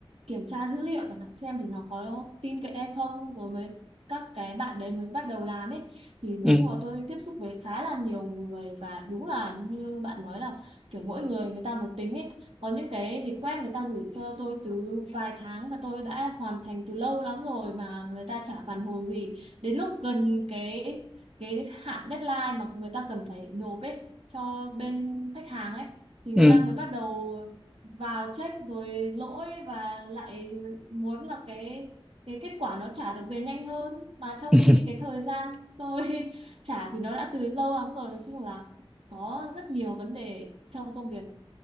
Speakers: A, on the right; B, in the centre.
A: kiểm tra dữ liệu chẳng hạn xem thử nó có tin cậy hay không rồi mới các cái bạn đấy mới bắt đầu làm ấy thì nói
B: ừ
A: chung là tôi tiếp xúc với khá là nhiều người và đúng là như bạn nói là kiểu mỗi người người ta một tính ấy có những cái request người ta gửi cho tôi từ vài tháng và tôi đã hoàn thành từ lâu lắm rồi mà người ta chả phản hồi gì đến lúc gần cái cái hạn deadline mà người ta cần phải nộp ấy cho bên khách hàng ấy thì người
B: ừ
A: ta mới bắt đầu vào check rồi lỗi và lại muốn là cái cái kết quả nó trả được về nhanh hơn mà trong
B: <laughs>
A: khi cái thời gian tôi <laughs> trả thì nó đã từ lâu lắm rồi nói chung là có rất nhiều vấn đề trong công việc